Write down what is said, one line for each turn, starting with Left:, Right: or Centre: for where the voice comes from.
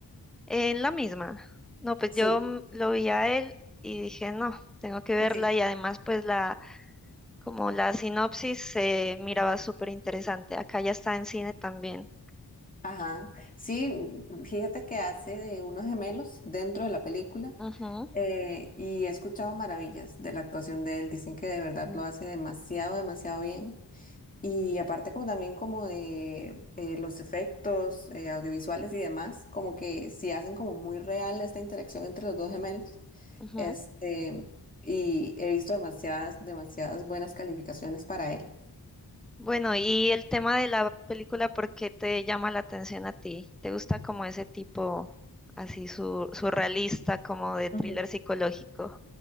Centre: En la misma. No, pues
Left: Sí,
Centre: yo mm, lo vi a él y dije, no, tengo que verla
Left: sí.
Centre: y además pues la, como la sinopsis se miraba súper interesante. Acá ya está en cine también.
Left: Ajá. Sí, mm, fíjate que hace de unos gemelos dentro de la película.
Centre: Ujú,
Left: eh, y he escuchado maravillas de la actuación de él. Dicen que de verdad lo hace demasiado, demasiado bien. Y aparte como también como de eh, los efectos eh, audiovisuales y demás, como que sí hacen como muy real esta interacción entre los dos gemelos.
Centre: ujú.
Left: Este, y he visto demasiadas, demasiadas buenas calificaciones para él.
Centre: Bueno, y el tema de la película, ¿por qué te llama la atención a ti? ¿Te gusta como ese tipo así su, surrealista, como de thriller
Left: Ujú.
Centre: psicológico?